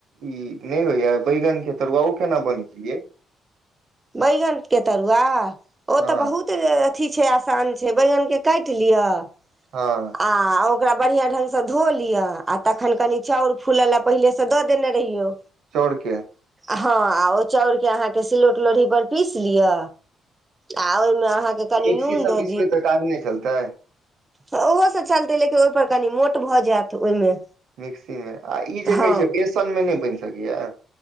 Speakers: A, on the right; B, on the right.
A: ई नहि होइए बैगनके तरुआओ केना बनै छियै।
B: बैगनतके तरुआा ओ
A: हँ
B: तऽ बहुत अथी छै आसान छै बैगनके काटि लिअ आ
A: हँ
B: ओकरा बढ़ियां ढंग से धो लिअ आ तखन कनि चाउर फूल ल पहिले से दऽ देने रहियौ।
A: चौड़के।
B: हँ आ ओ चाउर के अहाँके सिलौट लोढ़ी पर पीस लियअ आ ओहिमे अहाँके कनि
A: एकसी
B: नून
A: स
B: दऽ
A: बीसमे तऽ काज नहि चलतै।
B: ह ओहो से चलतै लेकिन ओहिपर कनि मोट भऽ जायत ओहिमे।
A: मिक्सी में आ ई जे
B: हँ
A: कहै छै बेसन में नहि बन सीिया।